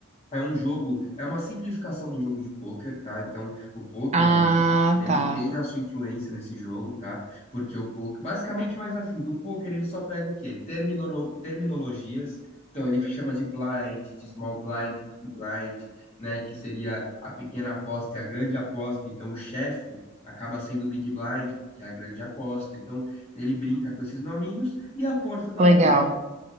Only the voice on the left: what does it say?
É um jogo, é uma simplificação do jogo de pôquer, tá? Então, o pôquer
ali, ele
tem a sua influência nesse jogo, tá? Porque o pôquer, basicamente, mas assim, do pôquer ele só pega o quê? Terminolo- terminologias. Então, ele chama de blind, de small blind, big blind, né? Que seria a pequena aposta e a grande aposta. Então, o chefe acaba sendo o big blind, porque é a grande aposta. Então, ele brinca com esses nominhos e a força das
mãos